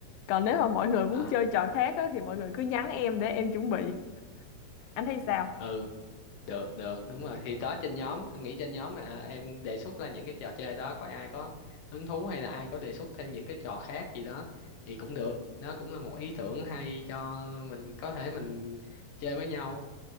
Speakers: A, on the left (about 85°); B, on the left (about 65°).
A: Còn nếu mà mọi người muốn
B: à,
A: chơi trò khác á, thì mọi người cứ nhắn em để em chuẩn bị. Anh thấy sao?
B: ừ được được đúng rồi thì đó trên nhóm anh nghĩ trên nhóm là em đề xuất ra những cái trò chơi đó coi ai có hứng thú hay là ai có đề xuất thêm những cái trò khác gì đó thì cũng được nó cũng là một ý tưởng hay cho mình có thể mình chơi với nhau